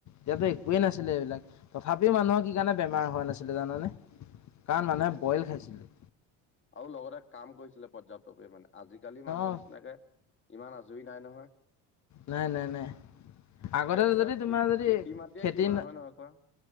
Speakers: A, on the left (about 50°); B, on the left (about 30°).
A: তেতিয়া- একোৱেই নাছিলে এইবিলাক, তথাপিও মানুহৰ কি কাৰণে বেমাৰ হোৱা নাছিলে জানানে- কাৰণ মানুহে
B: কেলে
A: বইল খাইছিলে।
B: আৰু লগতে কাম কৰিছিলে পৰ্যাপ্ত পৰিমাণে। আজিকালি মানুহৰ
A: অঁ
B: নিচিনাকে ইমান আজৰি নাই নহয়।
A: নাই -নাই -নাই আগতে
B: পুৰা
A: যদি
B: খে
A: তোমাৰ যদি
B: খেতি মাটিয়ে
A: খেতি
B: কিমান হয় নহয় কোৱা